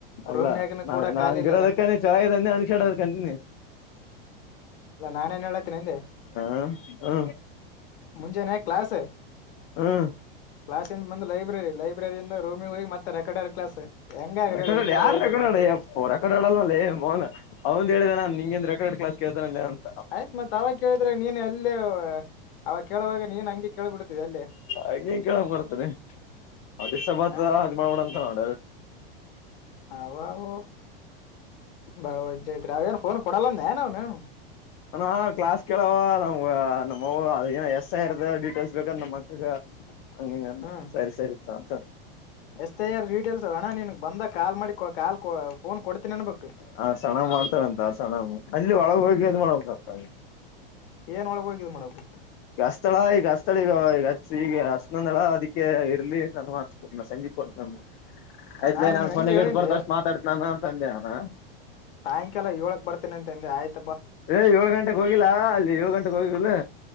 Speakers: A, on the left (about 45°); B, on the left (about 70°).
A: ಅಲ್ಲ
B: ರೂಮ್ನ್ಯಾಗನ
A: ನಾವ.
B: ಕೂಡ
A: ನಾವ್
B: ಖಾಲಿ
A: ಹಂಗ್
B: ಇಲ್ಲ
A: ಇ ರದಕ್ಕಾನೆ ನಿಂಗ್ ಚೊಲೋ ಆಗ್ಯಾದ್ ಅನ್ನಿಸಿಡಾಕ್ ಅಂತೀನಿ.
B: ಅಲ್ಲ ನಾನೇನ್ ಹೇಳತೇನಿ ಅಂದೆ.
A: ಹ ಹ್ಮ್
B: ಮುಂಜೆನ ಕ್ಲಾಸ್.
A: ಹ್ಮ್
B: ಕ್ಲಾಸಿಂದ ಬಂದು ಲೈಬ್ರರಿ, ಲೈಬ್ರರಿಯಿಂದ ರೂಮಿ ಹೋಗಿ ಮತ್ತೆ ರೆಕಾರ್ಡರ್ ಕ್ಲಾಸ್. ಹೆಂಗಾಗ್ರಿ
A: ರೆಕಾರ್ಡ್
B: ಹೇಳಿ
A: ಆಡ
B: ಈ ತರ
A: ಯಾರ
B: ಹೋಯ್ತಿರಿ
A: ರೆಕಾರ್ಡ್
B: ನೌಕರಿ
A: ಆಡಿ ಯಪ್ಪೊ ರೆಕಾರ್ಡ್ ಆಡಲ್ಲೇ ಮೌನ ಅವಂದ್ ಹೇಳಿದಾನ ನಿಂಗೆ ರಡ್. ರೆಕಾರ್ಡಿಂಗ್ ಅಂದೆ <unintelligible>
B: ಆಯ್ತ್ ಮತ್ ಅವ ಕೇಳಿದ್ರೆ ನೀನ್ ಎಲ್ಲೇ ಅವ ಕೇಳವಾಗ ನೀನ್ ಹಂಗೆ ಕೇಳ್ಬಿಡ್ತಿದೆ ಅಲ್ಲೇ.
A: ಹಂಗೆಂಗ್ ಕೇಳಕ್ ಬರ್ತಾ ಲೆ ಡಿಸ್ಟರ್ಬ್ ಆತದ್
B: ಹ
A: ಅದು ಮಾಡ್ಬೋಣ ಅಂತ ನ ಡೈರೆಕ್ಟ್.
B: ಅವ ವವವ ಬಾಳ ವಜ್ ಐತ್ರಿ ಅವೇನು ಫೋನ್ ಕೊಡಲ್ಲಂದ ನ ಅವ್ನು
A: ಅ ಕ್ಲಾಸ್ ಕೇಳವ ನಮ್ಗ ನಮ್ಮ ಅವ್ವ ಏನ ಎಸ್ ಐ ಅವ್ರುದು ಡೀಟೇಲ್ಸ್ ಬೇಕಂದ ನಮ್ಮ ಮಕ್ಕಕ್ಕ
B: <inaudible>
A: ಹಂಗಿಂಗಂದ
B: ಹ್ಮ
A: ಸರಿ ಸರಿ ಚ
B: ಎಸ್ ಐ ಯರ್ ಡೀಟೇಲ್ಸ್ ಅವ ಅಣ್ಣ ನೀನ್ಗ್ ಬಂದ ಕಾಲ್ ಮಾಡಿ ಕಾಲ್ ಫೋನ್ ಕೊಡ್ತೀ ಅನ್ ಬೇಕು
A: ಹ ಸಣ್ಣ್ ಮಾಡ್ತಾರ ಅಂತ ಸಣ ಅಲ್ಲಿ ಒಳಗೆ ಹೋಗಿ ಅದ್ ಮಾಡಬೇಕಾಗತ
B: ಏನ್ ಒಳಗ ಹೋಗಿದೆ ಮಾಡಬೇಕು
A: ಈ ಅಸ್ತಳ ಈಗ ಅಸ್ತಳ ಈಗ ಈಗ ಈಗ ಹಸ್ನಂದಳ ಅದಕ್ಕೆ ಇರ್ಲಿ ನನ್ ಮಾತ ಸಂಜ ಕೊಡ್ತ ಆಯ್ತ್
B: ನಿನ್ಗ್
A: ನಾನ್
B: ಹಂಗೆ
A: ಕೊನೆಗೆ
B: ಹೇಳಿನ್ಲೆ
A: ಇ ಬರ್ತ ಅಷ್ಟ ಮಾತಾಡ್ತನಾನ ಅಂತ ಅಂದೆವನ
B: ಸಾಯಂಕಾಲ ಯೊಳಕ್ಕ ಬರ್ತೇನೆ ಅಂತಂದೆ ಆಯತು
A: ಏ ಏಳು ಗಂಟೆಗೆ ಹೋಗಿಲ್ಲ ಅಲ್ಲಿ ಏಳು ಗಂಟೆಗೆ ಹೋಗಿಲ್ಲ